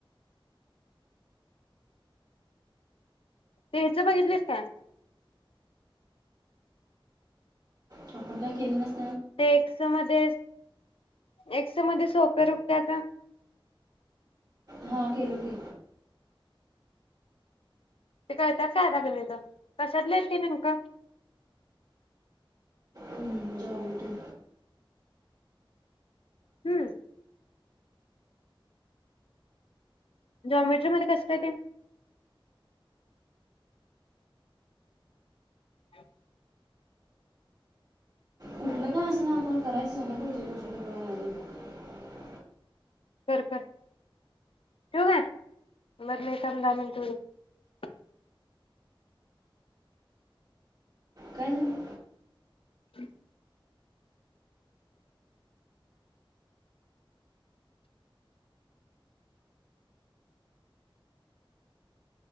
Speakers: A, on the left; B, on the right.
A: ते हेचं बघितलीस काय?
B: <unintelligible> काय केलं नास
A: ते एक्स मध्ये एक्स मध्ये सोप रुप त्याच
B: हा केलो की.
A: ते कळत्यात काय आता गणित कशातली हाइत ती नेमक?
B: हम्म, जॉमेट्री.
A: हम्म? जॉमेट्री मध्ये कसं काय ते? <unintelligible>
B: कुठलं का असंना आपण करायचं झालं का म्हणजे <unintelligible>
A: कर कर. ठेऊ काय? बर नाइ थाम दहा मिनट हुदेत.
B: काय झालं?
A: <unintelligible>